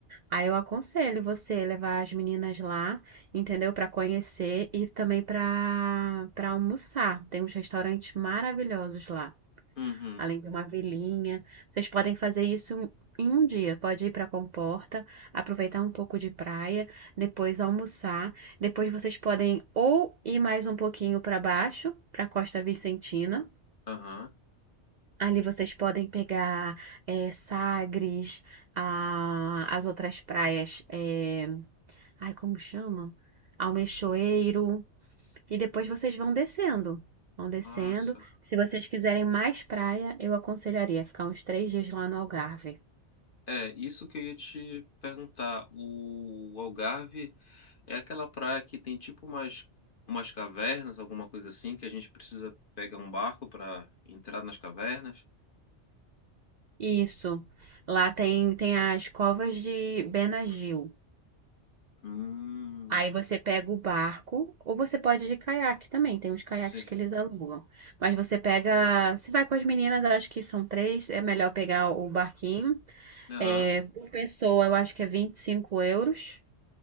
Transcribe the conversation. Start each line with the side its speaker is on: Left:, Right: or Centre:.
Right: Aí eu aconselho você levar as meninas lá, entendeu? Para conhecer e também para para almoçar. Tem uns restaurantes maravilhosos lá,
Left: Uhum.
Right: além de uma vilinha. Vocês podem fazer isso em um dia. Pode ir para Comporta, aproveitar um pouco de praia, depois almoçar. Depois vocês podem ou ir mais um pouquinho para baixo, para Costa Vicentina.
Left: Aham,
Right: Ali vocês podem pegar eh, Sagres, a- as outras praias. eh, Ai, como chamam, Almeixoeiro. E depois vocês vão descendo. Vão descendo.
Left: massa.
Right: Se vocês quiserem mais praia, eu aconselharia ficar uns três dias lá no Algarve.
Left: É, isso que eu ia te perguntar. O Algarve é aquela praia que tem tipo umas, umas cavernas, alguma coisa assim, que a gente precisa pegar um barco para entrar nas cavernas?
Right: Isso. Lá tem, tem as covas de Benagil.
Left: Hum.
Right: Aí você pega o barco, ou você pode ir de caiaque também. Tem uns caiaques
Left: Sim, sim.
Right: que eles alugam. Mas você pega. Se vai com as meninas, eu acho que são três. É melhor pegar o barquinho.
Left: Aham,
Right: É, por pessoa, eu acho que é 25 euros.